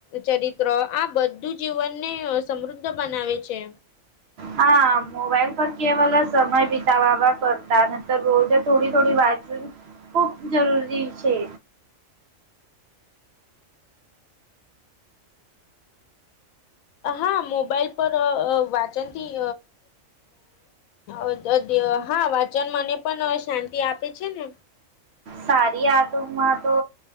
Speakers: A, on the left; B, on the right.
A: ચરિત્ર આ બધું જીવનને સમૃદ્ધ બનાવે છે.
B: હા મોબાઈલ પર કેવલ સમય વિતાવવા કરતા નંતર રોજ થોડી થોડી વાંચવુ ખૂબ જરૂરી છે.
A: હા મોબાઈલ પર અહ અહ વાંચનથી <unintelligible> <unintelligible> હા વાચન મન ને પણ શાંતિ આપે છે ને
B: સારી આદોમાં તો